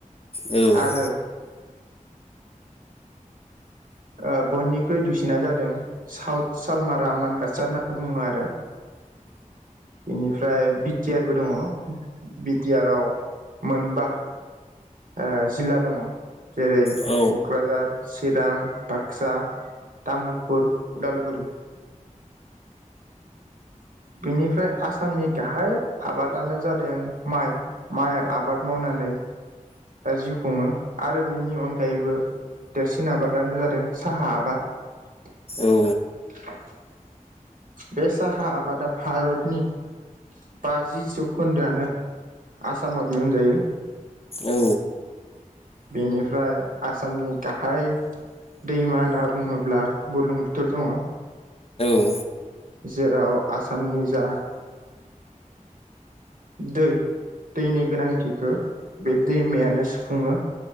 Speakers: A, on the left; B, on the right.
A: औ।
B: आरो ओ बयनिख्रुइ दुइसिना जादों साउथ सालमान रामान कासार होनना बुङो आरो। बेनिफ्राय बि टि आरबो दङ। बि टि आराव मोनबा ओ जिल्ला दङ। जेरै
A: औ
B: क'क्राझार, चिरां, बाक्सा, तामुलपुर, उदालगुरि। बेनिफ्राय आसामनि गाहाय आबादानो जादों माइ। माइ आबाद मावनानै जिउ खुङो। आरो बेनि अनगायैबो देरसिन आबाद आनो जादों साहा आबाद।
A: औ
B: बे साहा आबादा भारतनि बाजि जौखोन्दोआनो आसामाव दिहुनजायो।
A: औ।
B: बेनिफ्राय आसामनि गाहाय दैमा होनना बुङोब्ला बुरलुंबुथुर दङ।
A: औ
B: जेराव आसामनि जा दै दैनि गोनांथिखौ बे दैमायानो सुफुङो